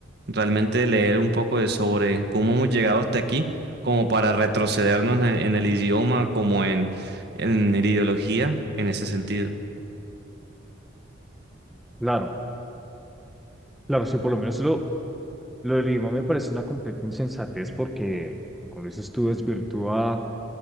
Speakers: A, on the right; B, in the centre.
A: realmente leer un poco de sobre cómo hemos llegado hasta aquí, como para retrocedernos en, en el idioma, como en, en la ideología, en ese sentido.
B: Claro, claro, si por lo menos lo Lo del idioma me parece una completa insensatez porque, como dices tú, desvirtúa